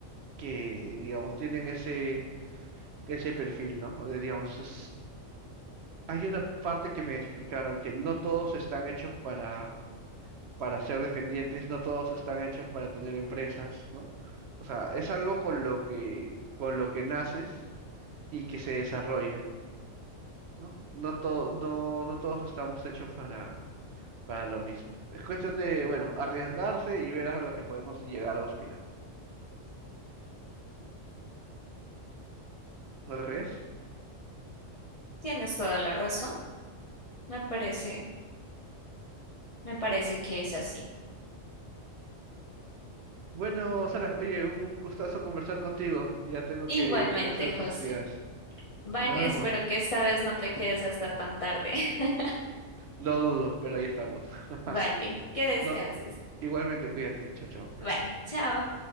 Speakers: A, on the right; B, on the left.
A: que digamos, tienen ese, ese perfil, ¿no? O de, digamos, es- hay una parte que me explicaron que no todos están hechos para para ser dependientes, no todos están hechos para tener empresas, ¿no? O sea, es algo con lo que, con lo que naces y que se desarrolla, ¿no? No to- no, no todos estamos hechos para, para lo mismo. Es cuestión de, bueno, arriesgarse y ver a lo que podemos llegar o aspirar. ¿No lo crees?
B: Tienes toda la razón. Me parece, me parece que es así.
A: Bueno, Sara, oye, un gustazo conversar contigo. Ya tengo
B: Igualmente,
A: que ir a hacer otras
B: José.
A: actividades.
B: Vale,
A: Nos vemos.
B: espero que esta vez no te quedes hasta tan tarde. <laughs>
A: Lo dudo, pero ahí estamos. <laughs>
B: Vale, que descanses.
A: No, igualmente, cuídate. Chao, chao.
B: Vale, chao.